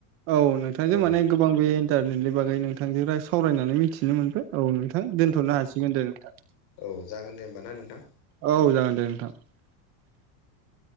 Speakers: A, on the right; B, on the left.
A: औ नोंथांजों
B: औ
A: माने गोबां बे इन्टारनेटनि बागै नोंथांजों सावरायनानै मिथि मिथिनो मोनबाय औ नोंथां दोन्थ'नो हासिगोन दे नोंथां।
B: औ जागोन दे होमबा ना नोंथां।
A: औ जागोन दे नोंथां <inaudible>